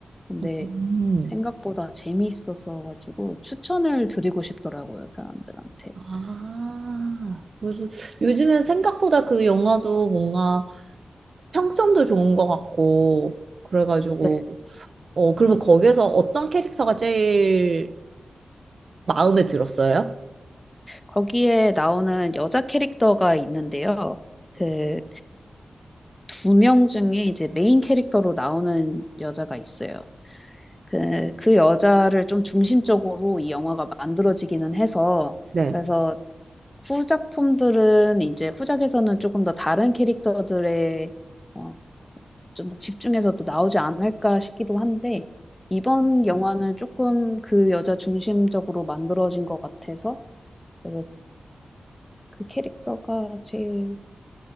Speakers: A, on the left; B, on the right.
A: 근데
B: 음.
A: 생각보다 재미있어서 가지고 추천을 드리고 싶더라고요, 사람들한테.
B: 아, 그래서 요즘엔 생각보다 그 영화도 뭔가 평점도 좋은 것 같고, 그래가지고,
A: 네.
B: 어, 그러면 거기에서 어떤 캐릭터가 제일 마음에 들었어요?
A: 거기에 나오는 여자 캐릭터가 있는데요. 그 두 명 중에 이제 메인 캐릭터로 나오는 여자가 있어요. 그, 그 여자를 좀 중심적으로 이 영화가 만들어지기는 해서,
B: 네.
A: 그래서 후작품들은 이제 후작에서는 조금 더 다른 캐릭터들의 어, 좀 더 집중해서 또 나오지 않을까 싶기도 한데, 이번 영화는 조금 그 여자 중심적으로 만들어진 것 같아서, 그래서 그 캐릭터가 제일